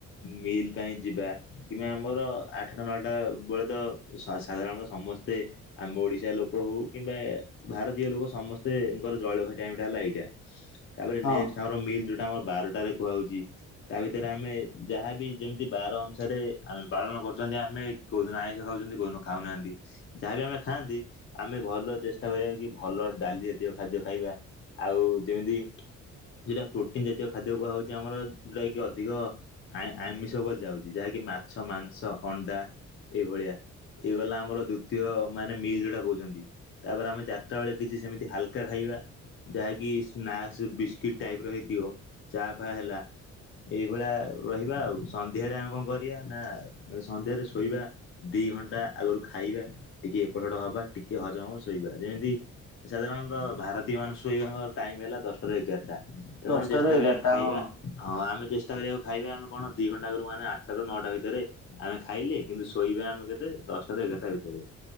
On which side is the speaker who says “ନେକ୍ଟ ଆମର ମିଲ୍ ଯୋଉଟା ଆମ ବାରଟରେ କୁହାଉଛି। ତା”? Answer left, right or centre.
Left